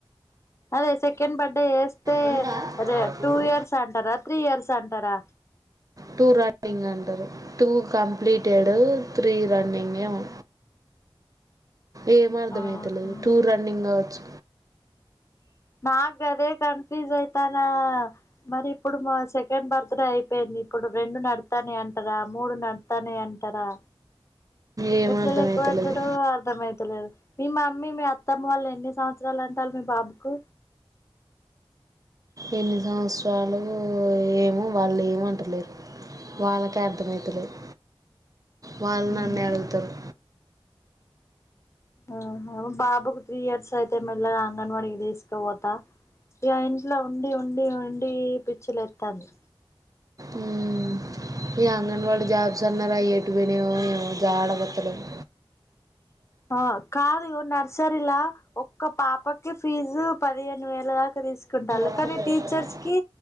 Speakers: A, on the left; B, on the right.
A: అదే సెకెండ్ బర్త్డే ఎస్తే
B: రెండా చూడు
A: టూ ఇయర్స్ అంటార త్రీ ఇయర్స్ అం కదా
B: టూ రన్నింగ్ అంటరు టూ కంప్లీటెడ్ త్రీ రన్నింగ్ ఎమో ఏం అర్థమైతలేదు
A: ఆహా
B: టూ రన్నింగ్ కావచ్చు
A: నాకు అదే కన్ఫ్యూజ్ అయితాన్నా మరి ఇప్పుడు మా సెకండ్ బర్త్ డే అయిపోయింది ఇప్పుడు రెండు నడుత్తాన్నయ్ అంటరా మూడు నడుత్తాన్నయ్ అంటరా
B: ఏం
A: ఎట్ల
B: అర్థమవుతలేదు
A: లెక్కవెట్టుడో అర్థమైతలేదు నిన్న మ్మీ మీ అత్తమ్మ వాళ్ళు ఎన్ని సంవత్సరాలంటాళ్ళు మీ బాబుకు
B: ఎన్ని సంవత్సరాలో ఏమో వాళ్ళు ఏమంటలేరు వాళ్ళకే అర్థమైతలేదు వాల్ నన్నే
A: మ్
B: అడుగుతరు
A: ఉహు బాబుకు త్రీ ఇయర్స్ అయితే మెల్లగా అంగన్వాడికి తీస్కవోత ఇగ ఇంట్ల ఉండి ఉండి ఉండీ పిచ్చిలేత్తాంది
B: మ్ ఈ అంగన్వాడి జాబ్స్ అన్నర్ అయ్యేటువోనయో ఏమో జాడపత్త లేదు
A: ఆ కాదు ఇగొ నర్సరీలా ఒక్క పాపకి ఫీజు పదిహేను వేల్ వేల దాక తీస్కుంటాల్లు
B: అందులో
A: కానీ టీచర్స్ కి